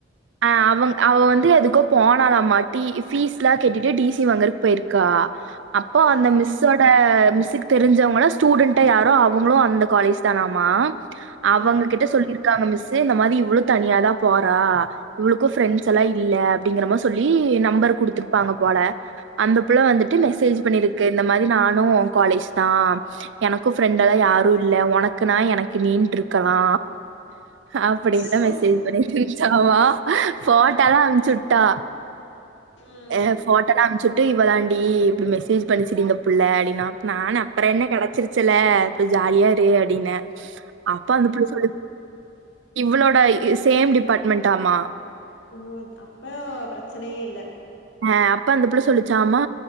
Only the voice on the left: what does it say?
அ
அ
சோ
ம்
ஓ அப்ப பிரச்சனையே இல்ல